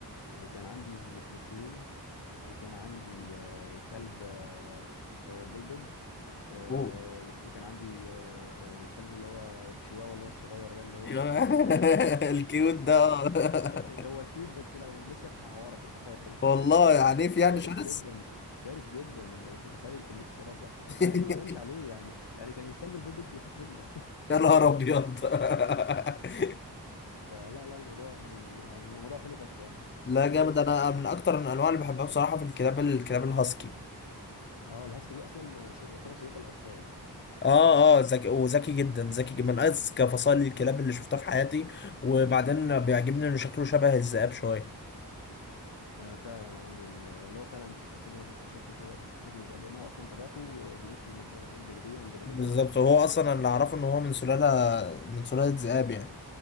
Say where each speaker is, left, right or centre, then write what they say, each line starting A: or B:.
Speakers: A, on the left; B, on the left.
A: يعني كان عندي نسناسين وكان عندي آه، كلب آه، آه، بولدوج آه،
B: اوه
A: وكان عندي آه، آه، كلب اللي هو التشيواوا اللي هو الصغير ده اللي
B: <laughs>
A: هو
B: يا-
A: فاهم انت
B: الكيوت ده
A: <laughs>
B: آه.
A: هو كيوت بس لو مسكك هيعورك انت حر
B: <laughs> والله
A: <laughs>
B: عنيف يعني
A: شرس
B: شرس
A: جدا شرس جدا انت مش متخيل كمية الشراسة
B: <laughs>
A: مع انه ما يبانش عليه يعني يعني كان الكلب البولدوج بيخاف منه
B: يا نهار ابيض <laughs>
A: <laughs> فلا لا الموضوع يعني موضوع حلو فشخ يعني
B: لا
A: ايه
B: جامد
A: جربت
B: انا
A: انت
B: من اكتر الانواع اللي بحبها بصراحه في الكلاب الكلاب الهاسكي
A: اه الهاسكي دي اصلا صد- يعتبر صديق الاطفال
B: اه اه ذكي وذكي جدا ذكي جدا من اذكى فصائل الكلاب اللي شفتها في حياتي وبعدين بيعجبني انه شكله شبه الذئاب شويه
A: آه فعلا عنده ال- اللي هو فعلا بتحس ان هو شكله شبه شكل الذئاب لان هو اصلا طبيعته بيعيش في المناطق الجليديه والجبليه
B: بالظبط وهو اصلا اللي اعرفه ان هو من سلاله من سلاله ذئاب